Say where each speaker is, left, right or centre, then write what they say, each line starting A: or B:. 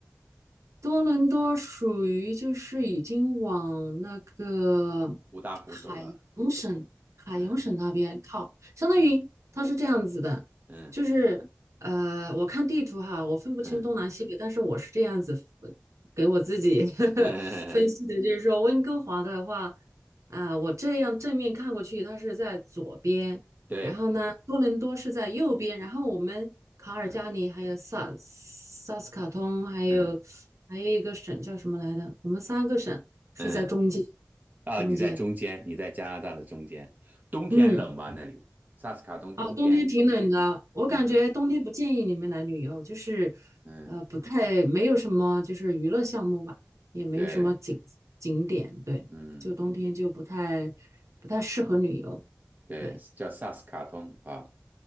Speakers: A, on the right (about 75°); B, on the right (about 35°).
A: 多伦多属于就是已经往那个海洋省、
B: 五大湖走了，
A: 海洋省那边靠，
B: 嗯
A: 相当于它是这样子的，
B: 嗯嗯
A: 就是呃，我看地图哈，我分不清东南西北，
B: 嗯
A: 但是我是这样子分给我自己 <laughs> 呵呵分析的，
B: 嗯，
A: 就是说温哥华的话，啊、我这样正面看过去，它是在左边，
B: <laughs> 对，
A: 然后呢，多伦多是在右边，然后我们卡尔加里还有萨萨斯卡通，
B: 嗯
A: 还有还有一个省叫什么来的？
B: 嗯
A: 我们三个省是在中间，
B: 嗯，啊，
A: 中间。
B: 你在中间，你在加拿大的中间，冬天冷吧？
A: 嗯，
B: 那里，萨斯卡通冬天，
A: 啊，冬天挺冷的，我感觉冬天不建议你们来旅游，
B: 嗯
A: 就是
B: 嗯，
A: 呃不太没有什么就是娱乐项目吧，也没有什么景景点，
B: 对，
A: 对，
B: 嗯
A: 就冬天就不太不太适合旅游，
B: 对，
A: 对，
B: 叫萨斯卡通啊。